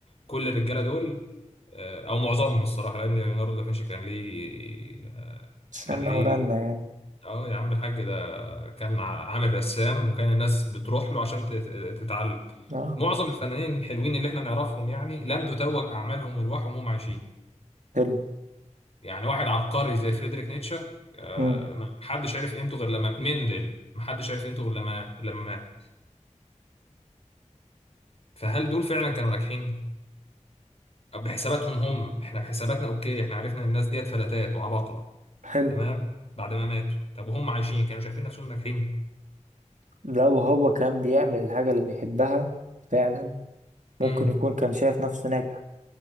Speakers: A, on the left (about 55°); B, on the right (about 80°).
A: كل الرجالة دول آه، أو معظمهم الصراحة لأن ليوناردو دافنشي كان ليه آه،
B: شلنا
A: كان ليه
B: ورنا يعني
A: اه يا عم الحاج ده كان ع- عامل رسام وكان الناس بتروح له عشان تت- تتعلم
B: اه
A: معظم الفنانين الحلوين اللي احنا نعرفهم يعني لم تتوج اعمالهم والواحهم وهم عايشين
B: حلو
A: يعني واحد عبقري زي فريدريك نيتشه آه،
B: مم.
A: ما حدش عرف قيمته غير لما مندل ما حدش عرف قيمته غير لما لما مات. فهل دول فعلا كانوا ناجحين طب بحساباتهم هم احنا بحساباتنا اوكي احنا عرفنا ان الناس ديت فلتات وعباقرة
B: حلو
A: تمام بعد ما ماتوا طب وهم عايشين كانوا شايفين نفسهم ناجحين
B: لو هو كان بيعمل الحاجة اللي بيحبها فعلا ممكن
A: امم
B: يكون كان شايف نفسه ناجح